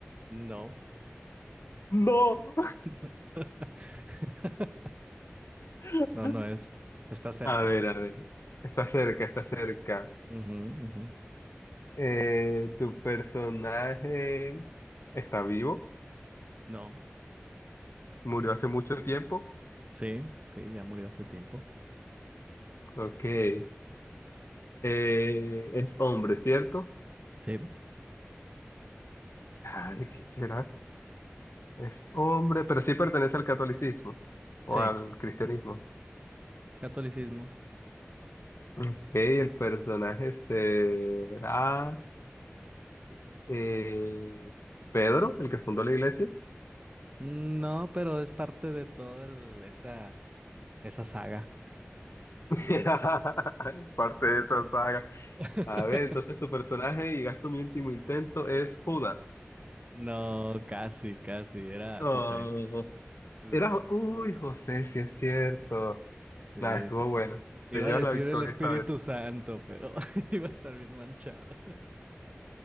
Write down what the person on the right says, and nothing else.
No.
<laughs>
No, no es. Está cerca.
Ujú, ujú.
No,
sí, sí, ya murió hace tiempo.
Sí,
sí,
catolicismo.
Mm, No, pero es parte de toda el- esa, esa saga.
<laughs>
No, casi, casi, era
José. El-
sí,
te-
iba
a decir
el Espíritu
Santo, pero <laughs> iba a estar bien manchado.